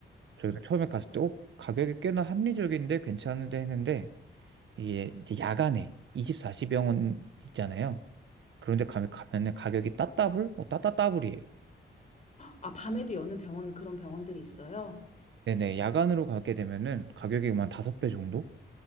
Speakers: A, on the right (about 70°); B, on the left (about 35°).
A: 저희가 처음에 갔을 때 어, 가격이 꽤나 합리적인데 괜찮은데 했는데 이게 이제 야간에 24시 병원 있잖아요. 그런데 가면 가면은 가격이 따따블? 뭐 따따따블이에요.
B: 아, 밤에도 여는 병원, 그런 병원들이 있어요?
A: 네네. 야간으로 가게 되면은 가격이 한 5배 정도?